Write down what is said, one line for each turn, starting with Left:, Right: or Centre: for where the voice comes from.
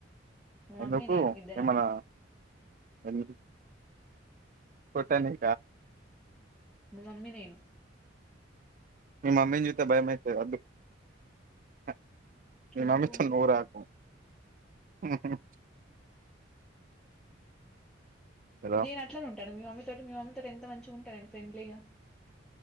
Centre: మా
Right: ఎందుకు
Centre: మమ్మీ నేను ఇద్దరమే
Right: ఏమన్నా ఎందు కొట్టానే
Centre: మీ మమ్మీ నేను
Right: మీ మమ్మీ నాది చూతే బయమైతది అందుకు అ ని
Centre: ఎందుకు
Right: మమ్మీతోని నువ్వు రాకు మ్ కదా.
Centre: నేను అట్లనే ఉంటాను మీ మమ్మీ తోటి మీ మమ్మీ తోటి ఎంత మంచిగా ఉంటా నేను ఫ్రెండ్లీగా